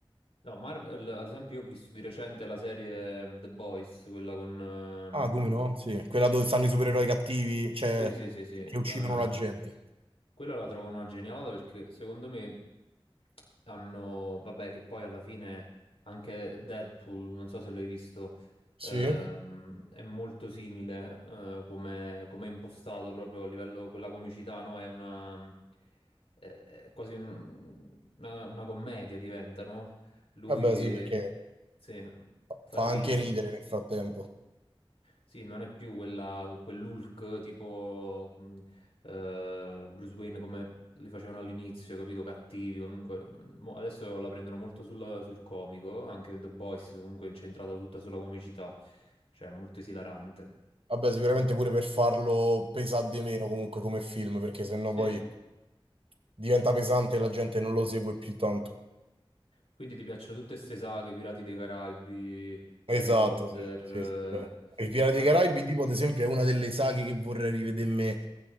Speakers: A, on the left; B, on the right.
A: No, Marvel, ad esempio, io ho visto di recente la serie mm, The Boys, quella con... ehm,
B: Ah, come no? Sì, quella dove stanno i supereroi cattivi, cioè
A: Sì, sì, sì, sì.
B: che
A: eh,
B: uccidono la gente.
A: Quella la trovo una genialata perché secondo me hanno, vabbè, che poi alla fine anche Deadpool, non so se l'hai visto,
B: Sì?
A: ehm, è molto simile eh, come come è impostato proprio a livello, quella comicità, no? È una, è- è quasi un- una, una commedia diventa, no? Lui
B: Vabbè,
A: che,
B: sì, perché
A: sì, fa
B: fa
A: ridere.
B: anche ridere nel frattempo.
A: Sì, non è più quella, quell'Hulk tipo mh, eh, Bruce Wayne come li facevano all'inizio, capito? Cattivi, comunque. mm, mo adesso la prendono molto sul, sul comico, anche The Boys comunque è incentrata tutta sulla comicità, cioè è molto esilarante.
B: Vabbè, sicuramente pure per farlo pesare di meno comunque come film, perché sennò
A: Sì.
B: poi diventa pesante e la gente non lo segue più tanto.
A: Quindi ti piacciono tutte queste saghe, Pirati dei Caraibi,
B: Esatto,
A: Harry Potter,
B: sì, sì,
A: eh,
B: sì, bello. Il Piano
A: o
B: dei
A: ad-
B: Caraibi, tipo, ad esempio, è una delle saghe che vorrei rivedermi